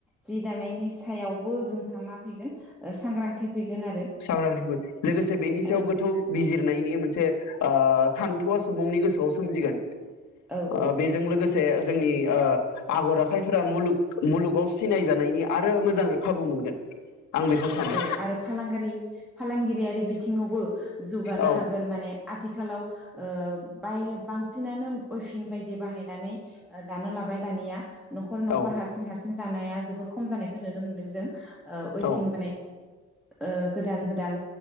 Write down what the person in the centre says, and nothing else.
जि दानायनि सायावबो जोंहा मा फैगोन सांग्रांथि फैगोन आरो
ओ
औ
औ आरो फालां फालांगिरियारि बिथिंङावबो जौगानो
हागोन माने आथिखालाव आथिखालाव बाय बांसिनानो अइभिं बायदि बाहायनानै दानो लाबाय दानिया नख नखर
हारसिं हारसिं जानाया जोबोर खम जानायखौ नुनो मोनदों जों ओ इउभिं
ओ गोदान गोदान